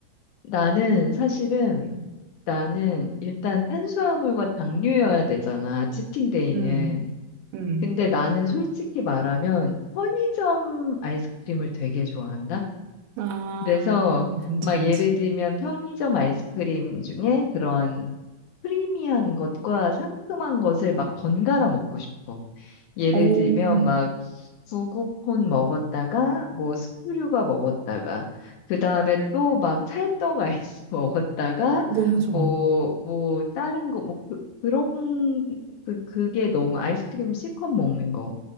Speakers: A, on the left; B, on the right.
A: 나는 사실은
B: 음,
A: 나는 일단 탄수화물과 당류여야 되잖아. 치팅데이는.
B: 음, 음.
A: 근데 나는 솔직히 말하면 편의점 아이스크림을 되게 좋아한다.
B: 아,
A: 그래서
B: 뭔지
A: 막
B: 알지.
A: 예를 들면 편의점 아이스크림 중에 그런 크리미한 것과 상큼한 것을 막 번갈아 먹고 싶어. 예를
B: 오,
A: 들면 막 구구콘 먹었다가 뭐 스크류바 먹었다가 그 다음에 또 막 찰떡 아이스 <laughs> 먹었다가
B: 너무 좋아.
A: 뭐 뭐 다른 거 뭐 그, 그런 그 그게 너무 아이스크림 실컷 먹는 거.